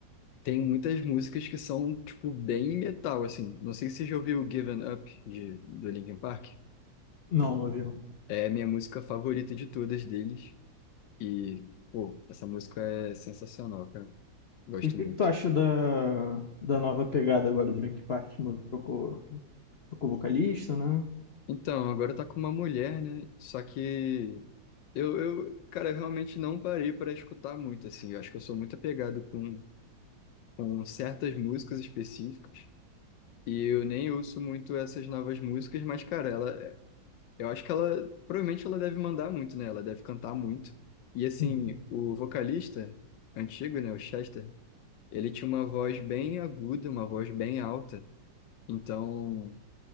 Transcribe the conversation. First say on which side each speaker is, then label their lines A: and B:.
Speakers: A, on the left (about 80°); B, on the left (about 60°).
A: tem muitas músicas que são, tipo, bem metal, assim. Não sei se você já ouviu Given Up, de, do Linkin Park.
B: Não, não ouvi, não.
A: É a minha música favorita de todas deles. E, pô, essa música é sensacional, cara. Gosto
B: E o que
A: muito.
B: que tu acha da, da nova pegada agora do Linkin Park? Mano, Trocou, trocou vocalista, né?
A: Então, agora tá com uma mulher, né? Só que eu, eu, cara, eu realmente não parei para escutar muito, assim. Eu acho que eu sou muito apegado com, com certas músicas específicas. E eu nem ouço muito essas novas músicas, mas, cara, ela, eu acho que ela, provavelmente ela deve mandar muito, né? Ela deve cantar muito. E, assim,
B: Uhum.
A: o vocalista antigo, né? O Chester. Ele tinha uma voz bem aguda, uma voz bem alta. Então,